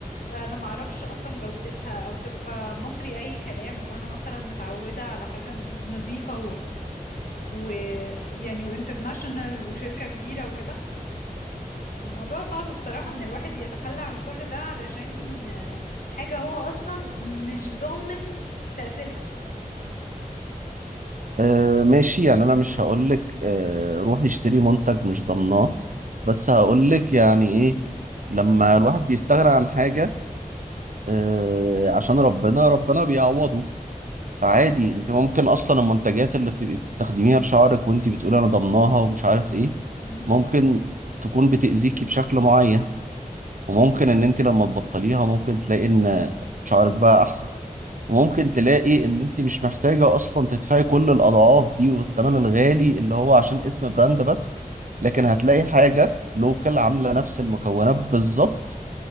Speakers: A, on the left; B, on the right.
A: أنا معرفش أصلا جودتها أو تبقى مصري أي كلام وأنا مثلا متعودة على حاجة نظيفة ويعني وانترناشونال وشركة كبيرة وكده الموضوع صعب بصراحة ان الواحد يتخلى عن كل ده علشان آه، حاجة هو اصلا مش ضامن تأثيرها
B: آه ماشي يعني انا مش هقولك آه روح اشتري منتج مش ضمناه بس هقولك يعني ايه لما الواحد بيستغنى عن حاجة آه، عشان ربنا ربنا بيعوضه فعادي انت ممكن اصلا المنتجات اللي بتبقي بتستخدميها لشعرك وانت بتقولي انا ضمناها ومش عارف ايه
A: مم.
B: ممكن تكون بتأذيكي بشكل معين وممكن ان انت لما تبطليها ممكن تلاقي ان شعرك بقى احسن وممكن تلاقي ان انت مش محتاجة اصلا تدفعي كل الاضعاف دي والثمن الغالي اللي هو عشان اسم براند بس لكن هتلاقي حاجة لوكال عاملة نفس المكونات بالظبط